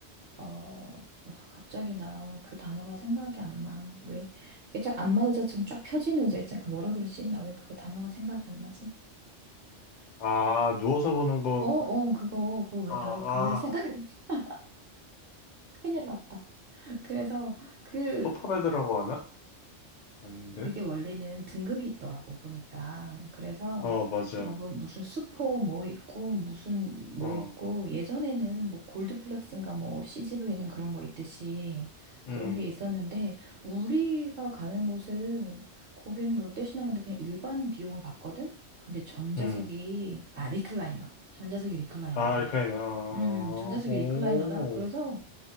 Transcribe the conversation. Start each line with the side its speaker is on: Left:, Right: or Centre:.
Right: 어, 아, 갑자기 나 그 단어가 생각이 안 나. 왜, 이게 쫙 안마 의자처럼 쫙 펴지는 의자 있잖아. 그 뭐라 그러지? 나 왜 그거 단어가 생각이 안 나지?
Left: 아, 누워서 보는 거,
Right: 어, 어, 그거, 그거 왜,
Left: 아, 아,
Right: 나 왜 그 말이 생각이, <laughs> 큰일 났다. <laughs> 그래서 그,
Left: 소파베드라고 하나? 아닌데?
Right: 그게 원래는 등급이 있더라고 보니까 그래서
Left: 어, 맞아.
Right: 뭐, 뭐 무슨 수포 뭐 있고 무슨 뭐
Left: 어,
Right: 있고 예전에는 뭐 골드플렉스인가 뭐 CGV는 그런 거 있듯이 그런
Left: 음,
Right: 게 있었는데 우리가 가는 곳은 거기는 롯데시네마인데 그냥 일반 비용을 받거든 근데 전자석이
Left: 음.
Right: 아 리클라이너 전자석이 리클라이너야
Left: 아, 알카이나. 아,
Right: 음 전자석이
Left: 오,
Right: 리클라이너다 그래서